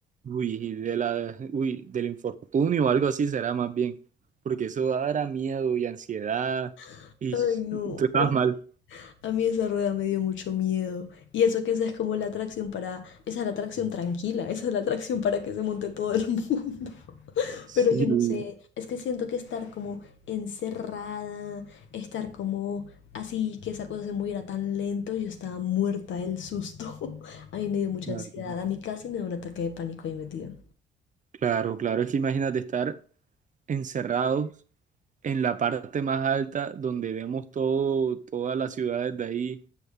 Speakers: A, on the right (about 40°); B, on the left (about 70°).
A: Uy, de la, uy, del infortunio o algo así será más bien. Porque eso dará miedo y ansiedad.
B: <laughs>
A: Y
B: Ay, no.
A: tú estabas
B: a
A: mal.
B: A mí esa rueda me dio mucho miedo. Y eso que esa es como la atracción para... Esa es la atracción tranquila, esa es la atracción para que se monte todo el mundo. <laughs>
A: Sí,
B: Pero yo no sé, es que siento que estar como encerrada, estar como así, que esa cosa se moviera tan lento, yo estaba muerta del susto. <laughs> A mí me dio mucha
A: claro,
B: ansiedad, a mí casi me dio un ataque de pánico ahí metida.
A: claro, claro. Es que imagínate estar encerrado en la parte más alta donde vemos todo, todas las ciudades de ahí.